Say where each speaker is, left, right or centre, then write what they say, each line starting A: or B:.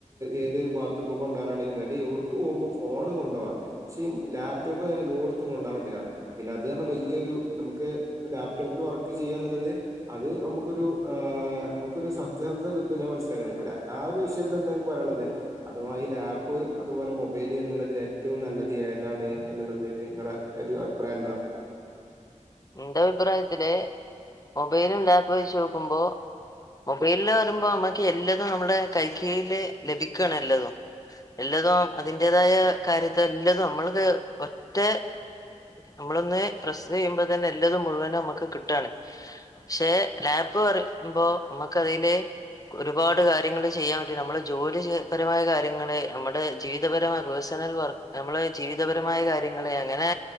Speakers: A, on the right; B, on the left.
A: ഏത് ബാത്റൂമിൽ കൊണ്ടുപോകാനാണെങ്കിലും അല്ലെ എവിടേക്ക് പോകുമ്പോഴും ഫോണ് കൊണ്ടുപോവാ പക്ഷെ ലാപ്ടോപ്പ് അങ്ങനെ എല്ലോട്ത്തും കൊണ്ടകാൻ പറ്റില്ല പിന്നെ അത് പർഞ്ഞ വലിയൊരു നമുക്ക് ലാപ്ടോപ്പിൽ വർക്ക് ചെയ്യാം ന്ന്ള്ളത് അത് നമുക്കൊരു ഏ നമുക്കൊരു സത്യസന്ധത കിട്ടും ഞാൻ മനസ്സിലാക്കണെ ഇ ആഹ് ഒരു വിഷയത്തിൽ എന്താ പറയാനുള്ളത് അഥവാ ഈ ലാപ്പ് അതുപോലെ മൊബൈല് എന്നുള്ളതിൽ ഏറ്റവും നല്ലത് ഏതാണ് എന്നുള്ളതി നിങ്ങളെ ഒരു അഭിപ്രായം എന്താ?
B: ഇന്റെ അഭിപ്രായത്തില് മൊബൈലും ലാപ്പും വെച്ച് നോക്കുമ്പോ മൊബൈലില് വരുമ്പോ നമ്മുക്ക് എല്ലാതും നമ്മുടെ കൈ കീഴില് ലഭിക്കാണ് എല്ലാതും എല്ലാതും അതിൻ്റേതായ കാര്യത്തെ എല്ലാതും നമ്മൾക്ക് ഒറ്റ നമ്മളൊന്ന് പ്രസ് ചെയ്യുമ്പോ എല്ലാതും മുഴുവനും നമുക്ക് കിട്ടുകയാണ് പക്ഷെ ലാപ്പ് പറയുമ്പോ നമുക്കതില് ഒരുപാട് കാര്യങ്ങൾ ചെയ്യാൻ പറ്റും നമ്മുടെ ജോലി പരമായ കാര്യങ്ങള് നമ്മുടെ ജീവിതപരമായ പേഴ്സണൽ വർക്ക് നമ്മെ ജീവിതപരമായ കാര്യങ്ങള് അങ്ങനെ